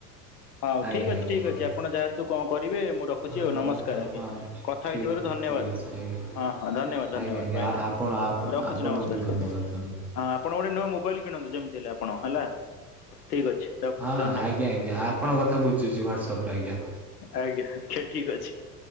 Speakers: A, on the left; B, in the centre.
A: ହୋଉ
B: ଆଜ୍ଞା
A: ଠିକ୍ ଅଛି
B: ଆଜ୍ଞା
A: ଠିକ୍
B: ଆଜ୍ଞା
A: ଅଛି ଆପଣ ଯାଆନ୍ତୁ କଣ କରିବେ ମୁଁ ରଖୁଛି ଆଉ
B: ହଁ
A: ନମସ୍କାର ଆଜ୍ଞା
B: ହଁ
A: କ ଥା
B: ଠିକ୍
A: ହେଇଥିବାରୁ
B: ଅଛି
A: ଧନ୍ୟବାଦ
B: ଠିକ୍ ଅଛି ଆଜ୍ଞା।
A: ହଁ ହଁ ଧନ୍ୟବାଦ ଧନ୍ୟବାଦ
B: ଆଜ୍ଞା ଆଜ୍ଞା
A: ଭାଇନା
B: ଆପଣ
A: ହଁ ରଖୁଛି
B: ଆପଣଙ୍କୁ
A: ନମସ୍କାର।
B: ବି ଧନ୍ୟବାଦ ଧନ୍ୟବାଦ।
A: ହଁ ଆପଣ ଗୋଟେ ନୂଆ ମୋବାଇଲ କିଣନ୍ତୁ ଯେମିତି ହେଲେ ଆପଣ ହେଲା। ଠିକ୍ ଅଛି ରଖୁଛି
B: ହଁ
A: ଧନ୍ୟବାଦ
B: ଆଜ୍ଞା ଆଜ୍ଞା ଆପଣଙ୍କ
A: ହଁ
B: କଥା ବୁଝୁଛି ହ୍ଵାଟ୍ସଆପ ରେ ଆଜ୍ଞା।
A: ଆଜ୍ଞା ଆଜ୍ଞା ଠିକ୍ ଅଛି।